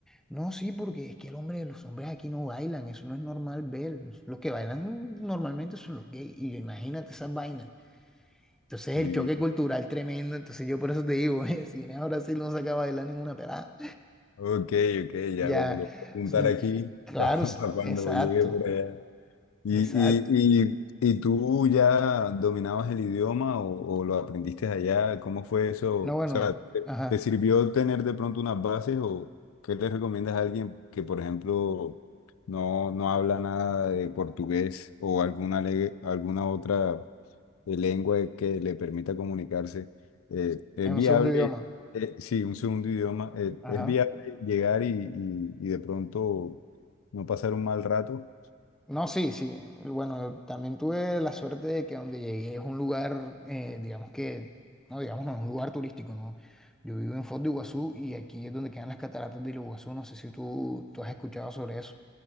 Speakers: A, in the centre; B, on the left.
A: No, sí, porque es que el hombre, los hombres aquí no bailan, eso no es normal ver. Los que bailan normalmente son los gays. Y imagínate esas vainas. Entonces
B: Sí.
A: el choque cultural tremendo, entonces yo por eso te digo, <laughs> eh, si vienes a Brasil no saca a bailar ninguna pelada.
B: Ok, ok, ya
A: Ya,
B: lo, lo voy a apuntar
A: mm,
B: aquí
A: claro,
B: <laughs> para,
A: s-
B: cuando
A: exacto,
B: llegue por allá. ¿Y,
A: exacto.
B: y, y, y tú ya dominabas el idioma o, o lo aprendiste allá? ¿Cómo fue eso?
A: No, bueno,
B: O sea, ¿te,
A: ajá,
B: te sirvió tener de pronto unas bases o qué le recomiendas a alguien que, por ejemplo, no, no habla nada de portugués o alguna, le- alguna otra eh, lengua que le permita comunicarse? Eh, ¿es
A: en un
B: viable,
A: segundo idioma,
B: eh, sí, un segundo idioma, eh,
A: ajá.
B: es viable llegar y, y, y de pronto no pasar un mal rato?
A: No, sí, sí, bueno, yo también tuve la suerte de que donde llegué es un lugar, eh, digamos que, no, digamos, no, es un lugar turístico, ¿no? Yo vivo en Foz de Iguazú y aquí es donde quedan las cataratas del Iguazú, no sé si tú, tú has escuchado sobre eso.